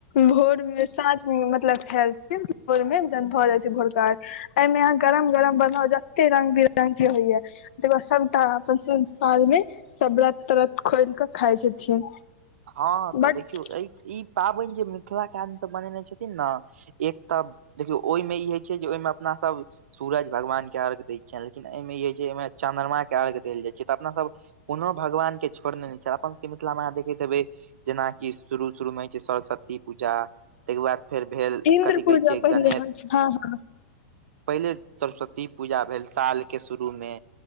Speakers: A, on the left; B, on the right.
A: भोर मे साँझमे मतलब खाइल छैय। भोर मे भऽ जाय छैय भोरका एहिमे यहाँ गरम गरम। बना जते रंग बिरंगग के होइया त बाद सब तऽ अपन सब साँझ मे सब व्रत त्रत खोल कऽ खाइ छथिन।
B: हाँ तऽ
A: बट
B: देखियौ एहि ई पाबनि जे मिथिलाके आदमीसँभ बनेने छथिन न। एक तऽ देखियौ ओहिमे ई होय छैय जे ओहिमे अपना सब सूरज भगवान के अर्घ देय छिएन लेकिन एहिमे जे छै एहिमे चंद्रमा के अर्घ देल जाय छैय तऽ अपना सब कुनु भगवान के छोड़ने ने छैय अपन सब के मिथिला देखे दखबे जनाकि शुरू शुरू मे होइ छैय सरस्वती पूजा। ताहिके बाद फेर भेल
A: इन्द्र
B: कथि
A: पूजा
B: कहै छियै
A: पहिले
B: गणेश
A: होइ छै हँ हँ
B: पहिले सरस्वती पूजा भेल साल के शुरूमे।